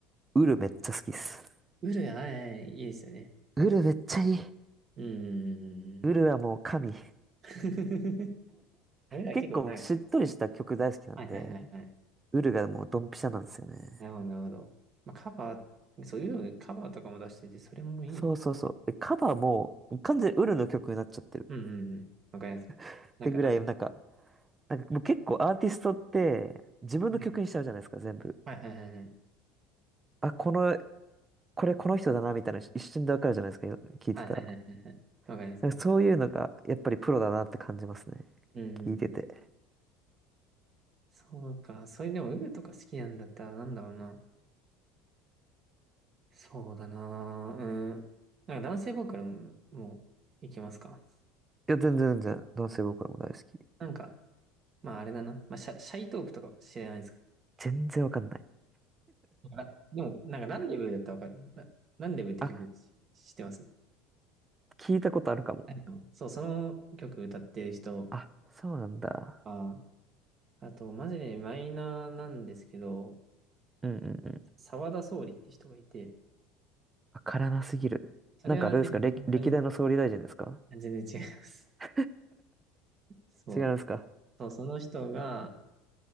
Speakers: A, on the right; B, on the right.
A: ウルめっちゃ好きっす。
B: ウルやはい、いいですよね。
A: ウルめっちゃいい。
B: うんうん
A: ウルはもう神。
B: うんうんうん。<laughs> あれら結構、
A: 結構僕しっとりした曲大好きなんで、
B: はいはいはいはいはい。
A: ウルがもうドンピシャなんですよね。
B: なるほど、なるほど。まあ、カバー、そういうカバーとかも出してて、それもいい。
A: そうそうそう。えカバーも完全にウルの曲になっちゃってる。
B: うんうんうん。わかります。
A: ってぐらい、
B: なんか、あの、
A: なんか、なんかもう結構アーティストって自分の曲にしちゃうじゃないですか、
B: うん。
A: 全部。
B: はいはいはいはい。
A: あ、この、これこの人だなみたいなの一瞬でわかるじゃないですか、よ聞いてたら。
B: はいはいはいはいはい。わかります。
A: なんかそういうのがやっぱりプロだなって感じますね。
B: わかりますうんうんうん。
A: 聞いてて。
B: そうか。そういう、でも、ウルとか好きなんだったら、なんだろうな。そうだな。うん。なんか男性ボーカルも、もう、いけますか。
A: いや、全然全然、男性ボーカルも大好き。
B: なんか、まああれだな。まあ、シャ、シャイトープとか知らないですか。
A: 全然わかんない。
B: あ、でも、なんか、ランデブーだったらわかる。ラ、ランデブーって曲し知ってます
A: あ、聞いたことあるかも。
B: うんそう、その曲歌ってる人
A: あ、そうなんだ。
B: は、あと、マジでマイナーなんですけど、
A: うんうんうん。
B: 沢田総理って人がいて、
A: わからなすぎる。
B: それはね、
A: なんかあれですか、歴、
B: 本当に
A: 歴代の総理大臣ですか
B: 全然違います。
A: <laughs>
B: そう、
A: 違うんですか
B: そう、その人が、